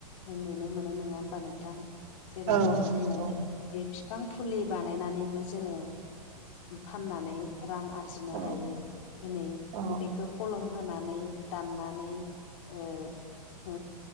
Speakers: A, on the left; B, on the right.
A: ओ नुनो मोनो नङा होमबा नोंथां। जेरै
B: औ
A: दा
B: नंगौ
A: जोङो बे बिफां फुलि बानायनानैबो जोङो फाननानै रां आरजिनो
B: औ
A: हायो दिनै
B: औ
A: बेखौ खलम होनानै दाननानै ओ ओ